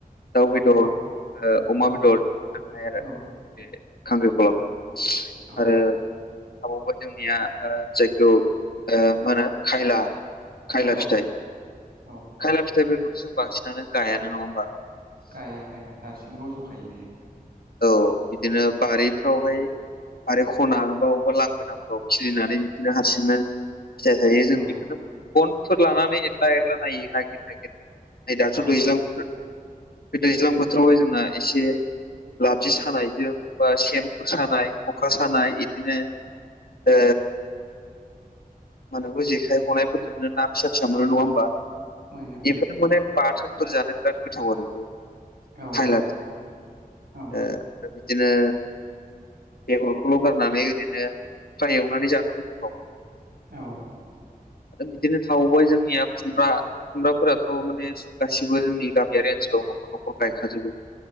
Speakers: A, on the left; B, on the right.
A: दाव बेदर
B: औ
A: ओ अमा
B: औ
A: बेदरजोंहाय आरो
B: औ
A: बे खांख्रिखलाखौ
B: औ
A: आरो थाबावबा जोंनिया जायखौ ओ मा होनो खायला खायला
B: औ
A: फिथाइ
B: औ
A: खायला फिथाइफोरखौथ' जों बांसिनानो गायानो नङा होमबा
B: गाया गाया हारसिं रज'खायो बियो।
A: औ बिदिनो बारिफ्रावहाय बारि खना बा अबेबा लांगोनाफोराव खिलिनानै बिदिनो हारसिंनो फिथाइ थायो जों
B: औ
A: बेखौनो गनफोर लानानै एदला एदला नायो नागिर नागिर नै दाथ'
B: औ
A: दैज्लां बोथोर बे दैज्लां बोथोरावहाय जोंना एसे लाबजि सानायजों बा सेनफोर सानाय खखा सानाय इदिनो ओ <unintelligible> जेखाइ हनायफोरजोंनो ना फिसा फिसा मोनो नङा होमबा?
B: मोनो मोनो
A: बेफोरो माने बाथोनफोर जानो बिराद गोथाव आरो बे
B: औ
A: खायला
B: औ औ
A: ओ <inaudible> बिदिनो बेगरखौल' गारनानै ओरैनो फ्राय एवनानै जानोबो गोथाव।
B: औ
A: बिदिनो थाबावबाय जोंनिया खुमब्रा। खुमब्राफोराथ' माने गासिबो जोंनि गामियारि ओनसोलाव न'खर न'खर गायखाजोबो।